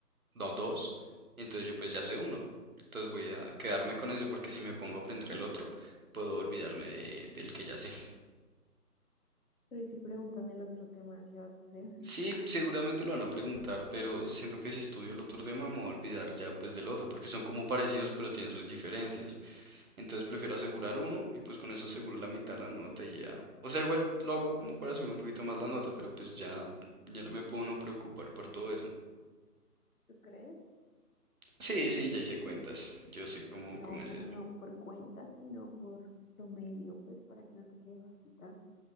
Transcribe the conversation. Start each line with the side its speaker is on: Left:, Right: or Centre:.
Right: no, dos. Entonces yo pues ya sé uno. Entonces voy a quedarme con eso porque si me pongo a aprender el otro, puedo olvidarme de- del que ya sé.
Left: Pero y si preguntan el otro tema, ¿qué vas a hacer?
Right: Sí, seguramente lo van a preguntar, pero siento que si estudio el otro tema me voy a olvidar ya pues del otro, porque son como parecidos pero tienen sus diferencias. Entonces prefiero asegurar uno y pues con eso aseguro la mitad de la nota y ya. O sea, igual lo hago como para subir un poquito más la nota, pero pues ya, ya no me puedo no preocupar por todo eso.
Left: ¿Tú crees?
Right: Sí, sí, ya hice cuentas. Yo sé cómo,
Left: No,
Right: cómo es
Left: pero
Right: eso.
Left: no por cuenta, sino por promedio, pues para que no te quede bajita.